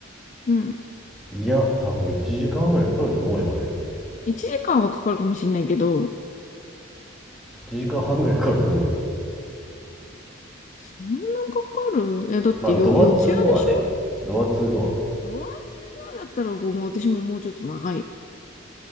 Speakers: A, on the left; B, in the centre.
A: うん。
B: いや、多分1時間ぐらいかかると思うよ、俺。
A: 1時間はかかるかもしれないけど、
B: 1時間半ぐらいかかると思うよ。
A: そんなかかるえ、だってよ、
B: まあ、ドア2ドアね。
A: 四ツ谷でしょ
B: ドア2ドア。
A: ドアツードアだったら、ごめん、私ももうちょっと長いよ。